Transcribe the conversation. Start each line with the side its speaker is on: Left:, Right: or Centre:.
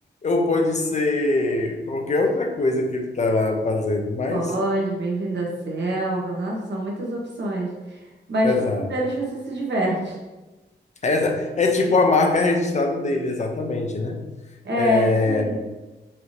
Left: ou pode ser qualquer outra coisa que ele tá lá fazendo, mas...
Right: Pode, bem-vindo à selva. Nossa, são muitas opções. Mas
Left: é Exato.
Right: todos eles você se diverte.
Left: Essa é tipo a marca registrada dele, exatamente, né?
Right: É,
Left: É,
Right: isso aí.